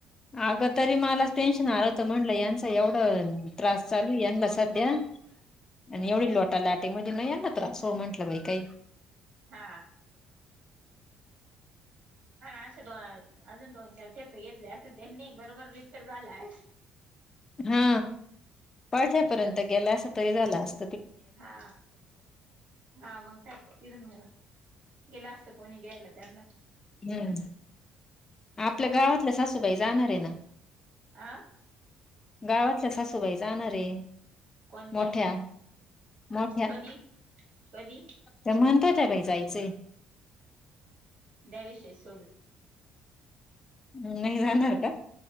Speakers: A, on the left; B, on the right.
A: अगं तरी मलाच टेन्शन आलं होत म्हणलं यांचा एवढं त्रास चालू यांनाच सध्या आणि एवढी लोटा लाटे मध नाही या ना तर असो म्हंटलं बाई काही
B: हा हा ना असे दो अजून दोन चार ठेपे घेतले असं त्यांनी बरोबर रिपेर झाला आहे
A: हा पळसा्यापर्यंत गेला अस तरी झाला अस
B: हा हा मग काय फिरून गेला असत कोणी घ्यायला त्यांना
A: हम्म आपल्या गावातलं सासूबाई जाणार आहे ना
B: आं
A: गावातल्या सासूबाई जाणारे
B: कोणत्या
A: मोठ्या मोठ्या
B: कधी कधी
A: ते म्हणत कठ का जायचे
B: त्या विशय सुोडू
A: म् नाही जाणार का